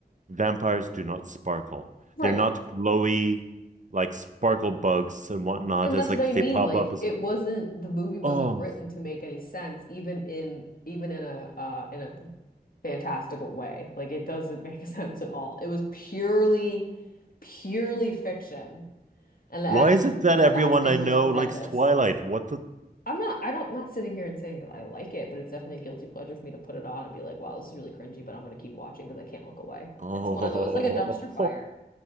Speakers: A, on the right (about 50°); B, on the left (about 60°).
A: Vampires do not sparkle.
B: Right.
A: They're not glowy, like sparkle bugs and whatnot.
B: And
A: It's
B: that's
A: like
B: what I
A: they
B: mean.
A: pop
B: Like
A: up as,
B: it wasn't the movie wasn't
A: oh,
B: written to make any sense, even in even in a uh in a fantastical way. Like it doesn't make <laughs> sense at all. It was purely, purely fiction. And the
A: why
B: acting
A: is it that
B: and
A: everyone
B: the acting
A: I know
B: was horrendous.
A: likes Twilight? What the?
B: I'm not, I don't, not sitting here and saying that I like it, but it's definitely a guilty pleasure for me to put it on and be like, wow, this is really cringy, but I'm gonna keep watching because I can't look away.
A: Oh,
B: It's one of those, like a dumpster fire.